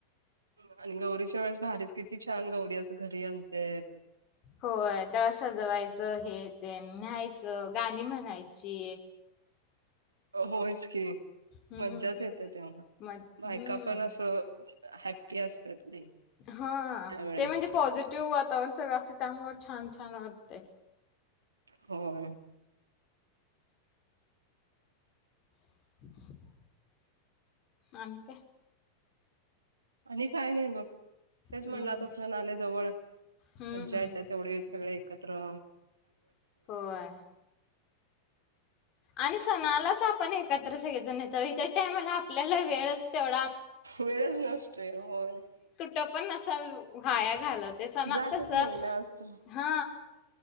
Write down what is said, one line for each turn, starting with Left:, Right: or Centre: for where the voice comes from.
Right: आणि गौरीच्या वेळेस भारीच किती छान गौरी असं घरी आण तेत
Left: होय त्यांना सजवाय हे ते न्ह्यायच गाणी म्हणायची
Right: होयच की
Left: हम्म.
Right: मज्जाच येते तेव्हा
Left: मग
Right: बायका
Left: हम्म
Right: पण असं हॅप असतात लई
Left: ह
Right: त्यावेेळेस
Left: ते म्हणजे पॉझिटिव्ह वातावरण सगळं असं त्यामुळे छान छान ते
Right: होय
Left: <inaudible> आणते
Right: आणि काय नाही बघ तेच
Left: हम्म
Right: म्हणलं
Left: हम्म.
Right: आता सण आले जवळ
Left: हम्म
Right: मज्जा
Left: हम्म.
Right: येत तेवढे सगळे कट रोहो
Left: होय आणि सणालाच आपण एकत्र सगळेजण येतो इतर टायमाला आप आपल्याला वेळच तेवढा
Right: वेळच नसतोय होय
Left: ट पण असा वाया घालत ते सणात
Right: जातच
Left: कस
Right: नाही ना असं
Left: हा